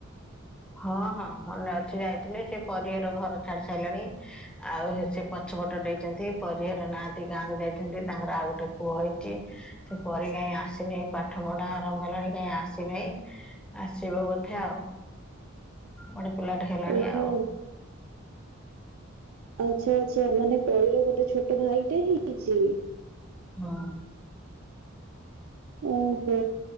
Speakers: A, in the centre; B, on the right.
A: ହଁ ହଁ ମନେ ଅଛି ଯାଇଥିଲେ ସେ ପରିଘର ଘର ଛାଡି ସାରିଲେଣି। ଆଉ ସେ ପଛପଟ ଦେଇଛନ୍ତି ପରିହର ନାହାତି ଗାଁକୁ ଯାଇଛନ୍ତି ତାଙ୍କର ଆଉ ଗୋଟେ ପୁଅ ହେଇଛି। ସେପରି କାଇଁ ଆସିନେଇ ପାଠ ପଢା ଆରମ୍ଭ ହେଲାଣି କାଇହିଁ ଆସିନେଇ ଆସିବ ବୋଧେ ହେଉ ଗୋଟେ ପିଲାଟେ ହେଲାଣି
B: ଓହୋ
A: ଆଉ।
B: ଆଚ୍ଛା ଆଚ୍ଛା ମାନେ ପରିର ଗୋଟେ ଛୋଟ ଭାଇଟେ ହେଇଛି ସେ
A: ହଁ।
B: ଓହୋ